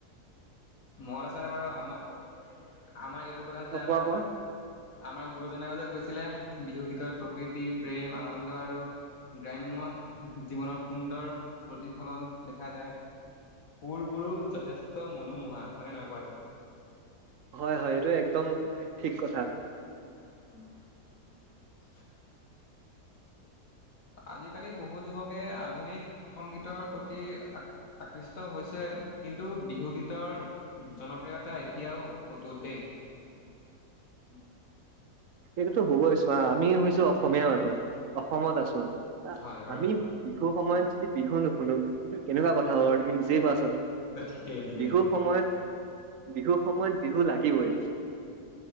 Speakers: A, on the left; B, on the right.
A: মনত আছেনে বাৰু আমাৰ, আমাৰ এইটো কথা যে
B: কোৱা
A: আমাৰ,
B: কোৱা
A: আমাৰ গুৰুজনাই যে কৈছিলে? বিহুগীতত প্ৰকৃতি প্ৰেম আনন্দ আৰু গ্ৰাম্য জীৱনৰ সুন্দৰ প্ৰতিফলন দেখা যায়। সুৰবোৰো যথেষ্ট মনোমোহা। হয়নে নহয় কোৱা এইটো?
B: হয় হয় এইটো একদম ঠিক কথা
A: <unintelligible> আজিকালি বহু যুৱকে আধুনিক সংগীতৰ প্ৰতি আকৃষ্ট হৈছে কিন্তু বিহুগীতৰ জনপ্ৰিয়তা এতিয়াও অতুত দেই
B: এইটোতো হ'বই চোৱা, আমি হৈছো অসমীয়া মানুহ অসমত আছো
A: হয় বাৰু
B: আমি বিহুৰ সময়ত বিহু নুশুনো কেনেকুৱা কথা। ৰ তুমি নিজেই কোৱাচোন
A: ঠিকেই ঠিকেই
B: বিহু সময়ত, বিহু সময়ত বিহু লাগিবই।